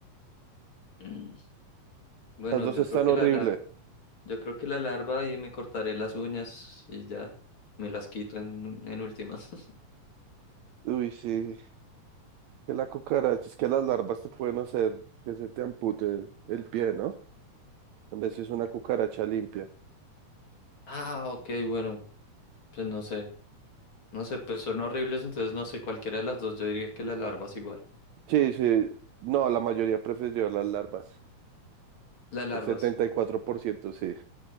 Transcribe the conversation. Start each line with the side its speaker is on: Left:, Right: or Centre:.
Left: Mm. Bueno,
Right: Las dos
Left: yo
Right: están
Left: creo que
Right: horribles.
Left: la larga. Yo creo que la larva y me cortaré las uñas y ya me las quito en, en últimas. <laughs>
Right: Uy, sí, que la cucaracha, es que las larvas te pueden hacer que se te ampute el pie, ¿no? En vez si es una cucaracha limpia.
Left: Ah, ok, bueno, pues no sé. No sé, pues son horribles, entonces no sé, cualquiera de las dos, yo diría que las larvas igual.
Right: Sí, sí. No, la mayoría prefirió las larvas.
Left: Las larvas.
Right: El setenta y cuatro por ciento sí.